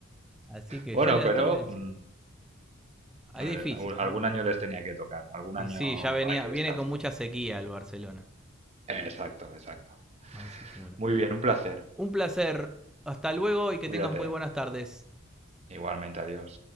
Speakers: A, in the centre; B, on the right (about 30°).
A: Así que
B: Bueno,
A: yo le
B: pero
A: a todo le decía.
B: mm,
A: ahí
B: eh,
A: Es difícil,
B: al-
A: vamos.
B: algún año les tenía que tocar, algún año
A: Y sí, ya venía,
B: hay que
A: viene
B: descansar.
A: con mucha sequía el Barcelona.
B: Exacto, exacto.
A: Así que bueno.
B: Muy bien, un placer.
A: Un placer. Hasta luego y que
B: Cuídate.
A: tengas muy buenas tardes.
B: Igualmente, adiós.